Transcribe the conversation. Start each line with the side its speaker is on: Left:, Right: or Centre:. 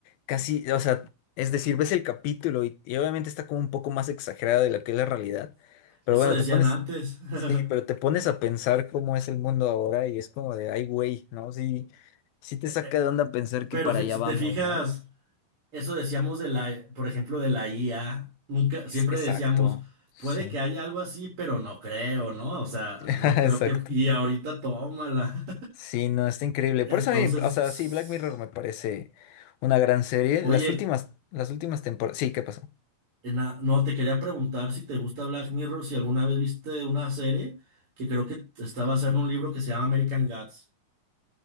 Left: casi, o sea, es decir, ves el capítulo y, y obviamente está como un poco más exagerada de lo que es la realidad, pero
Right: Eso
Left: bueno,
Right: decían
Left: te pones,
Right: antes. <laughs>
Left: sí, pero te pones a pensar cómo es el mundo ahora y es como de, ay, güey, ¿no? Sí, sí te saca
Right: Eh,
Left: de onda pensar que
Right: Pero
Left: para
Right: fi-
Left: allá
Right: si
Left: vamos,
Right: te fijas,
Left: ¿no?
Right: eso decíamos de la, por ejemplo, de la IA. Nunca,
Left: Es-
Right: siempre
Left: Exacto,
Right: decíamos,
Left: sí,
Right: puede que haya algo así, pero no creo, ¿no? O sea,
Left: <laughs>
Right: no creo
Left: exacto.
Right: que. Y ahorita tómala.
Left: Sí, no, está increíble. Por
Right: <laughs> Entonces,
Left: eso a mí, o sea, sí, Black Mirror me parece una gran serie.
Right: oye,
Left: Las últimas, las últimas temporadas. Sí, ¿qué pasó?
Right: na- no, te quería preguntar si te gusta Black Mirror, si alguna vez viste una serie que creo que estaba basada en un libro que se llama American Gods.